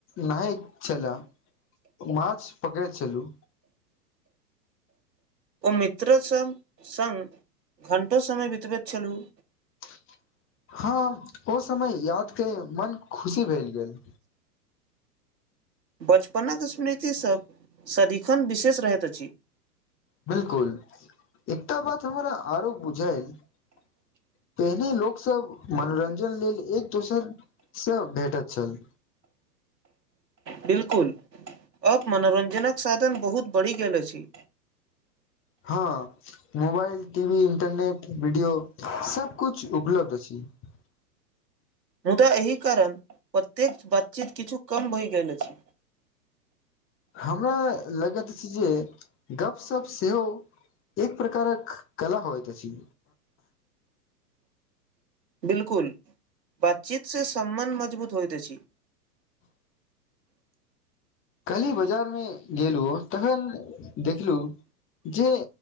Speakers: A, on the left; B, on the right.
A: नहायत छेला। माँछ पकड़ै छलू।
B: ओ मित्रसभ सङ्ग घण्टो समय बितबैत छलहुँ।
A: <unintelligible> हँ, ओ समय यादके मन खुशी भेल गेल।
B: बचपनक स्मृति सभ सदिखन विशेष रहैत अछि।
A: बिल्कुल, एकटा बात हमरा आरो बुझायल। <unintelligible> पहिने लोकसभ मनोरञ्जन लेल एक-दोसरसँ भेटत छल।
B: बिल्कुल, अब मनोरञ्जनक साधन बहुत बढ़ि गेल अछि।
A: हां, मोबाइल, टीवी, इंटरनेट, वीडियो सब किछु उपलब्ध छै। <unintelligible>
B: मुदा एहि कारण प्रत्येक बातचीत किछु कम भइ गेल अछि।
A: हमरा लगैत अछि जे गपशप सेहो एक प्रकारक कला होइत अछि।
B: बिलकुल, बातचीत से सम्बन्ध मजबूत होइत अछि।
A: <unintelligible> काल्हि बाजारमे गेलहुँ तखन देखलहुं जे